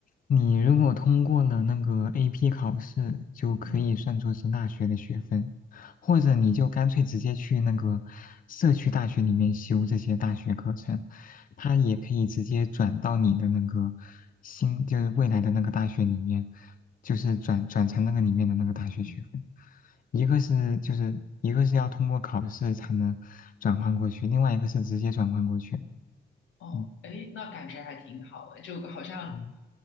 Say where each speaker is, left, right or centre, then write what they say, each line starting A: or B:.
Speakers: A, on the left; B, on the left.
A: 你如果通过了那个 AP 考试，就可以算作是大学的学分，
B: 嗯，
A: 或者你就干脆直接去那个社区大学里面修这些大学课程，
B: 哦，
A: 它也可以直接转到你的那个新，就是未来的那个大学里面，就是转转成那个里面的那个大学学分。
B: 嗯
A: 一个是就是一个是要通过考试才能转换过去，另外一个是直接转换过去。
B: 哦，
A: 嗯
B: 哎，那感觉还挺好的，就好像
A: 嗯。